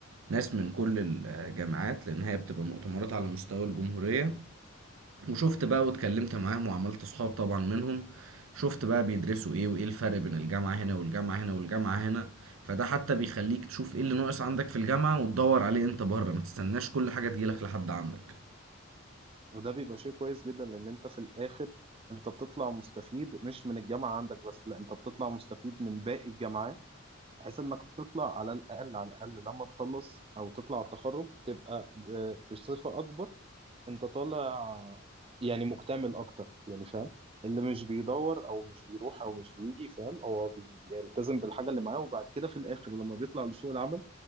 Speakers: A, on the right; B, on the right.
A: ناس من كل الجامعات لان هي بتبقى مؤتمرات على مستوى الجمهورية وشفت بقى واتكلمت معاهم وعملت صحاب طبعا منهم شفت بقى بيدرسوا ايه وايه الفرق بين الجامعة هنا والجامعة هنا والجامعة هنا فده حتى بيخليك تشوف ايه اللي ناقص عندك في الجامعة وتدور عليه انت بره ما تستناش كل حاجة تجيلك لحد عندك
B: وده بيبقى شيء كويس جدا لان انت في الاخر انت بتطلع مستفيد مش من الجامعه عندك بس لا انت بتطلع مستفيد من باقي الجامعات بحيث انك تطلع على الاقل على الاقل لما تخلص او تطلع على التخرج تبقى ب- بصفه اكبر انت طالع يعني مكتمل اكتر يعني فاهم اللي مش بيدور او مش بيروح او مش بيجي فاهم هو بيلتزم بالحاجه اللي معاه وبعد كده في الاخر لما بيطلع لسوق العمل